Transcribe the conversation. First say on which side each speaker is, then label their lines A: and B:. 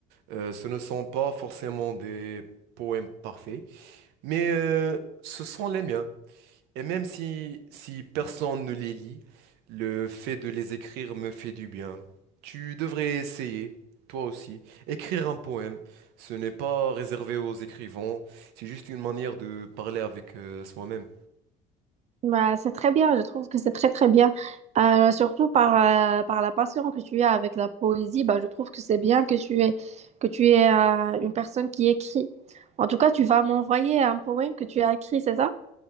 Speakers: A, on the right (about 75°); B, on the right (about 40°).
A: Euh, ce ne sont pas forcément des poèmes parfaits, mais euh, ce sont les miens. Et même si, si personne ne les lit, le fait de les écrire me fait du bien. Tu devrais essayer, toi aussi, écrire un poème. Ce n'est pas réservé aux écrivains, c'est juste une manière de parler avec euh, soi-même.
B: Bah, c'est très bien, je trouve que c'est très très bien. Euh, surtout par, euh, par la passion que tu as avec la poésie, bah, je trouve que c'est bien que tu es, que tu es euh, une personne qui écrit. En tout cas, tu vas m'envoyer un poème que tu as écrit, c'est ça?